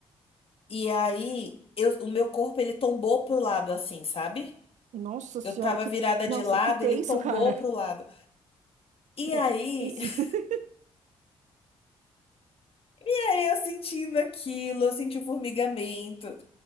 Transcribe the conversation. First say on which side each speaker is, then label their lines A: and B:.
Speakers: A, on the left; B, on the right.
A: E aí, eu, o meu corpo, ele tombou pro lado, assim, sabe?
B: Nossa senhora,
A: Eu tava
B: que...
A: virada
B: Nossa,
A: de lado,
B: que tenso,
A: ele tombou
B: cara.
A: pro lado. E
B: Não,
A: aí,
B: que tenso.
A: <laughs>
B: <laughs>
A: e aí eu sentindo aquilo, eu senti o formigamento.